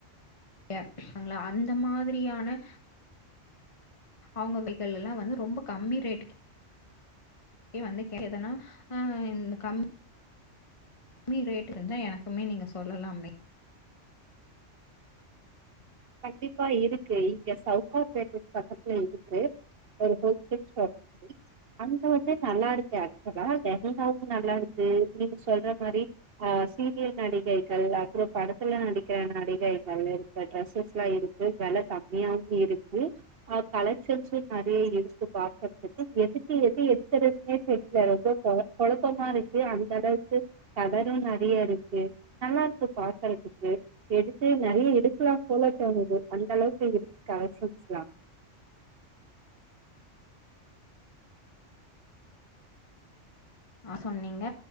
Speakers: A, on the left; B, on the right.
A: ய சங்ள அந்த மாதிரியான அவுங்க வேக்கள் எல்லா வந்து ரொம்ப கம்மி ரேட்டுக்கே கே வந்துகே எதன்னா அ இந்த கம் மி ரேட்டு தெரிஞ்சா எனக்குமே நீங்க சொல்லலாமே
B: கண்டிப்பா இருக்கு இங்க சவுக்கார்பேட்ட பக்கத்துல இருக்கு ஒரு ஹோல்சேல் ஷாப் இருக்கு அங்க வந்து நல்லா இருக்கு ஆக்சுவலா லெகங்காவு நல்லா இருக்கு நீங்க சொல்ற மாரி ஆ சீரியல் நடிகைகள் அப்றோ படத்துல நடிக்கிற நடிகைகள் இருக்க ட்ரெஸ்ஸஸ்லா இருக்கு வெல கம்மியாவு இருக்கு ஆ கலெக்ஷன்ஸு நெறைய இருக்கு பாக்குறதுக்கு எதுக்கு எது எடுக்கறதுன்னே தெரில ரொம்ப கொழ கொழப்பமா இருக்கு அந்தளவுக்கு கலரு நெறைய இருக்கு நல்லாருக்கு பாக்கறத்துக்கு எடுத்து நெறைய எடு க்குலா போல தோணுது அந்த அளவுக்கு இருக்கு கலெக்ஷன்ஸ்லா
A: ஆ சொன்னீங்க